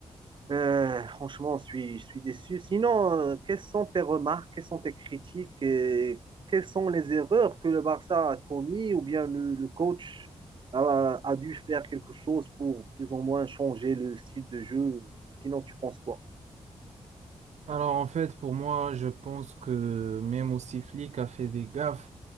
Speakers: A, on the right (about 45°); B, on the right (about 80°).
A: Euh, franchement, je suis, je suis déçu. Sinon, euh, quelles sont tes remarques, quelles sont tes critiques et quelles sont les erreurs que le Barça a commises ou bien le, le coach a, a dû faire quelque chose pour plus ou moins changer le style de jeu? Sinon, tu penses quoi?
B: Alors en fait, pour moi, je pense que même aussi flic a fait des gaffes.